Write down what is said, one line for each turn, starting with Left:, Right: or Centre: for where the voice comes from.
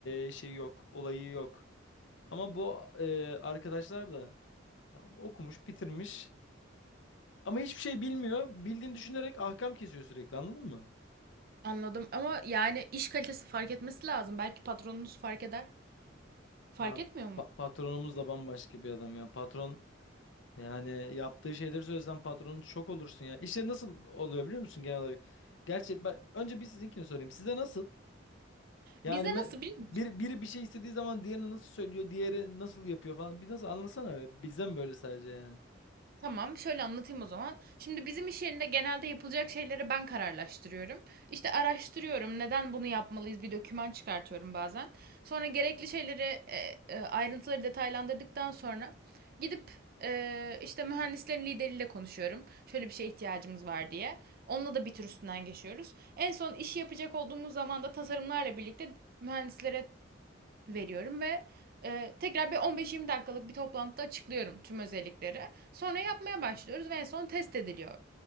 Left: e, şey yok, olayı yok. Ama bu e, arkadaşlar da ya, okumuş, bitirmiş ama hiçbir şey bilmiyor. Bildiğini düşünerek ahkam kesiyor sürekli anladın mı?
Right: Anladım ama yani iş kalitesi fark etmesi lazım. Belki patronunuz fark eder. Fark
Left: Ya,
Right: etmiyor mu?
Left: pa- patronumuz da bambaşka bir adam ya. Patron yani yaptığı şeyleri söylesen patronun şok olursun ya. İşler nasıl oluyor biliyor musun genel olarak? Gerçi ben, önce bir sizinkini sorayım. Size nasıl? Yani
Right: Bizde
Left: me-
Right: nasıl biliyor musun?
Left: bir, biri bir şey istediği zaman diğerini nasıl söylüyor, diğeri nasıl yapıyor falan. Bir nasıl anlasana be. Bizde böyle sadece yani?
Right: Tamam, şöyle anlatayım o zaman. Şimdi bizim iş yerinde genelde yapılacak şeyleri ben kararlaştırıyorum. İşte araştırıyorum, neden bunu yapmalıyız, bir doküman çıkartıyorum bazen. Sonra gerekli şeyleri, e, e, ayrıntıları detaylandırdıktan sonra gidip e, işte mühendislerin lideriyle konuşuyorum. Şöyle bir şeye ihtiyacımız var diye. Onunla da bir tür üstünden geçiyoruz. En son işi yapacak olduğumuz zaman da tasarımlarla birlikte mühendislere veriyorum ve e, tekrar bir 15-20 dakikalık bir toplantıda açıklıyorum tüm özellikleri. Sonra yapmaya başlıyoruz ve en son test ediliyor